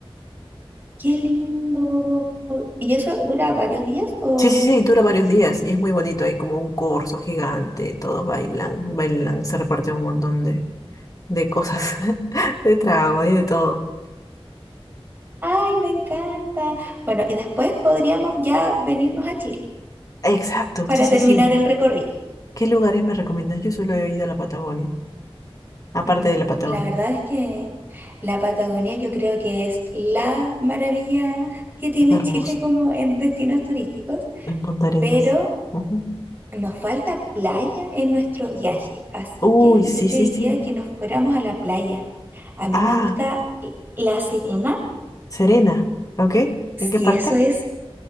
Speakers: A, on the right (about 20°); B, on the left (about 35°).
A: qué lindo. ¿Y eso dura varios días o...?
B: Sí, sí, sí, dura varios días y es muy bonito. Hay como un corso gigante, todos bailan, bailan, se reparten un montón de, de cosas, <laughs> de trago y de todo.
A: Ay, me encanta. Bueno, y después podríamos ya venirnos a Chile
B: Exacto,
A: para
B: sí, sí,
A: terminar
B: sí.
A: el recorrido.
B: ¿Qué lugares me recomiendas? Yo solo he ido a la Patagonia, aparte
A: Mm,
B: de la Patagonia.
A: la verdad es que la Patagonia yo creo que es la maravilla que tiene
B: Está hermosa,
A: Chile como en destinos turísticos,
B: en Punta Arenas.
A: pero
B: Ujú.
A: nos falta playa en nuestro viaje, así
B: Uy,
A: que
B: sí,
A: yo te
B: sí,
A: diría
B: sí.
A: que nos fuéramos a la playa. A mí
B: Ah,
A: me gusta La Serena,
B: Serena, ¿ok?
A: si
B: ¿En qué parte?
A: eso es,